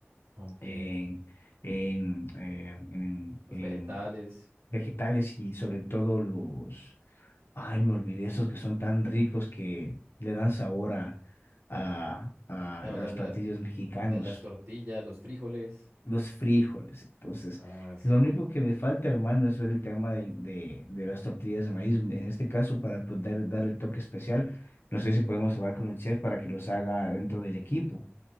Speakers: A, on the right; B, on the left.
A: okay.
B: en, en, eh, en-
A: Los
B: en
A: vegetales.
B: vegetales y sobre todo los, ay, me olvidé, esos que son tan ricos que le dan sabor a, a, a
A: Hablas
B: los platillos
A: de la,
B: mexicanos
A: de las tortillas, los frijoles.
B: los frijoles. Entonces,
A: Ah, sí.
B: lo único que me falta, hermano, es ver el tema del- de, de, las tortillas de maíz. En este caso, para poder dar el toque especial, no sé si podemos hablar con el chef para que los haga dentro del equipo.